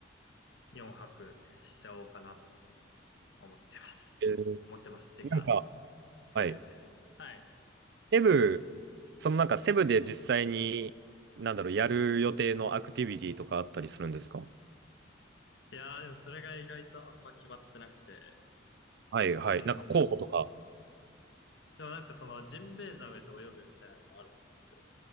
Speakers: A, on the left (about 65°); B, on the right (about 60°).
A: 4泊しちゃおうかなと思ってます。
B: えー
A: 思ってます。てか、
B: なんか、
A: その予定です。
B: はい。
A: はい。
B: セブ、そのなんかセブで実際に、なんだろう、やる予定のアクティビティとかあったりするんですか
A: いやー、でもそれが意外とあんま決まってなくて。
B: はいはい。
A: うーん。
B: なんか候補とか。
A: でもなんかそのジンベエザメと泳ぐみたいなのあるんですよ。